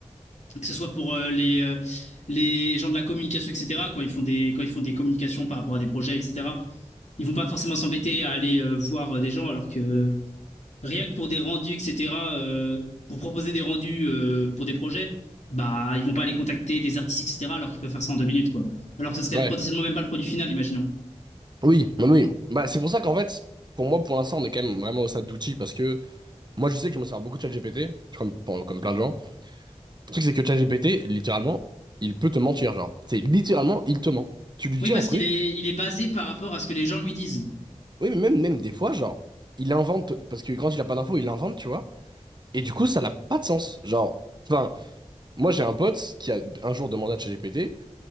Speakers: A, on the left; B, on the right.
A: que ce soit pour euh, les, euh, les gens de la communication, etc., quand ils font des, quand ils font des communications par rapport à des projets, etc. Ils vont pas forcément s'embêter à aller euh, voir euh, des gens alors que Rien que pour des rendus, etc., euh, pour proposer des rendus euh, pour des projets, bah, ils vont pas aller contacter des artistes, etc., alors qu'ils peuvent faire ça en deux minutes, quoi. Alors que ce serait
B: Ouais.
A: potentiellement même pas le produit final, imaginons.
B: Oui, oui. oui. Bah, c'est pour ça qu'en fait, pour moi, pour l'instant, on est quand même vraiment au stade d'outils parce que Moi, je sais que je me sers beaucoup de ChatGPT, comme, pour- comme plein de gens. Le truc, c'est que ChatGPT, littéralement, il peut te mentir, genre. C'est littéralement, il te ment. Tu lui dis
A: Oui, parce
B: un truc,
A: qu'il est, il est basé par rapport à ce que les gens lui disent.
B: oui, mais même, même des fois, genre, il invente, parce que quand il a pas d'infos, il invente, tu vois. Et du coup, ça n'a pas de sens. Genre, enfin, moi, j'ai un pote qui a un jour demandé à ChatGPT,